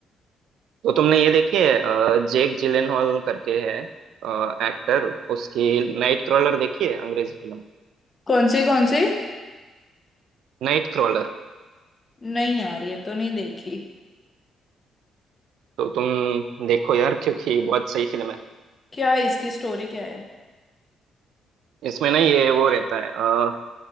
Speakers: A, on the right (about 80°); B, on the left (about 25°).
A: तो तुमने ये देखी है अ, जेक जिलेनहॉल करके है एक्टर उसकी नाइट क्रॉलर देखी है अंग्रेजी फिल्म
B: कौन सी कौन सी
A: Nightcrawler
B: नहीं यार ये तो नहीं देखी
A: तो तुम देखो यार क्योंकि बहुत सही फिल्म है
B: क्या है इसकी स्टोरी क्या है
A: इसमें ना ये वो रहता है अ,